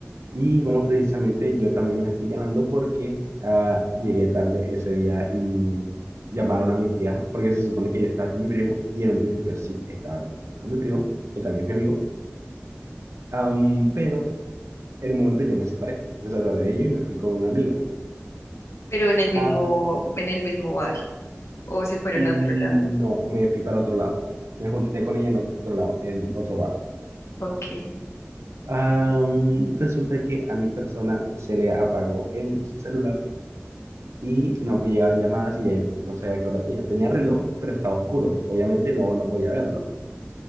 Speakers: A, on the right; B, on the left.
A: Y bueno, precisamente yo también me la estoy ganando porque ah, llegué tarde ese día y llamaron a mi tía porque se supone que yo estaba con mi primo y en un principio sí estaba con mi primo, que también es mi amigo, am, pero en un momento yo me separé, me separé de ellos y me fui con una amiga.
B: Pero en el mismo,
A: Ah,
B: en el mismo bar. O se fueron
A: mm,
B: a otro lado.
A: no, me fui para otro lado, me junté con ella en otro lado, en otro bar.
B: Ok.
A: Am, resulta que a mi persona se le apagó el celular y no me llegaban llamadas y ya yo no sabía qué hora tenía. Tenía reloj, pero estaba oscuro. Obviamente no, no podía verlo.